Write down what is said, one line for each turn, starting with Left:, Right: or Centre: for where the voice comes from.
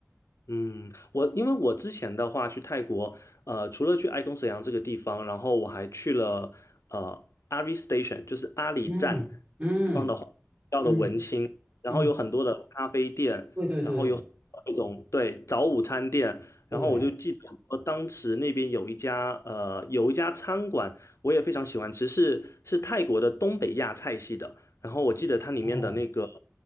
Left: 嗯，我因为我之前的话去泰国，呃，除了去爱公沈阳这个地方，然后我还去了呃阿里 Station，就是阿里站
Right: 嗯嗯
Left: 地方的话，比较的文青，
Right: 嗯
Left: 然后有很多的咖啡店，
Right: 嗯，对对对
Left: 然后有很多那种对早午餐店，
Right: 对，
Left: 然后我就记得说当时那边有一家呃有一家餐馆，我也非常喜欢吃，是是泰国的东北亚菜系的，然后我记得它里面的那个
Right: 哦，